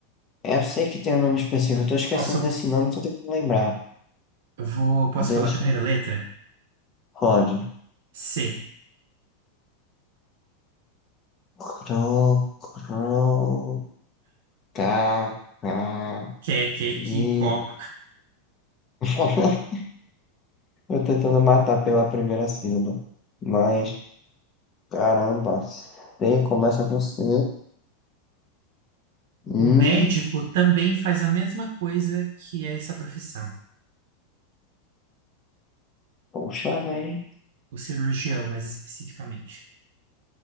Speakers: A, on the left; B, on the right.
A: Eu sei que tem um nome específico, eu tô esquecendo
B: Posso,
A: desse nome, tô tentando lembrar.
B: eu vou, posso
A: Deixa,
B: falar a primeira letra?
A: pode.
B: C.
A: Cro, cro, ca, ca,
B: Que, é, que, é,
A: que.
B: que, có.
A: <laughs> Eu tentando matar pela primeira sílaba. Mas, caramba, C começa com C. Hum,
B: O médico também faz a mesma coisa que essa profissão.
A: poxa, velho.
B: O cirurgião, mais especificamente.